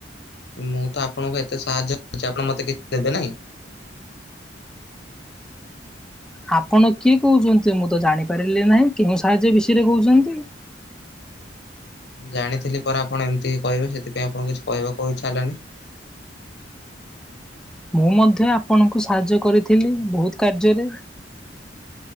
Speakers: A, on the left (about 60°); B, in the centre.
A: ମୁଁ ତ ଆପଣଙ୍କୁ ଏତେ ସାହାଯ୍ୟ କରୁଛି ଆପଣ ମତେ କିଛି ଦେବେ ନହିଁ।
B: ଆପଣ କିଏ କହୁଛନ୍ତି ମୁଁ ତ ଜାଣିପାରିଲି ନାହିଁ କେଉଁ ସାହାଯ୍ୟ ବିଷୟରେ କହୁଛନ୍ତି।
A: ଜାଣିଥିଲି ପରା ଆପଣ ଏମିତି କହିବେ ସେଥିପାଇଁ ଆଣ କିଛି କହିବାକୁ ଇଚ୍ଛା ହେଲାନି।
B: ମୁଁ ମଧ୍ୟ ଆପଣଙ୍କୁ ସାହାଯ୍ୟ କରିଥିଲି ବହୁତ କାର୍ଯ୍ୟରେ।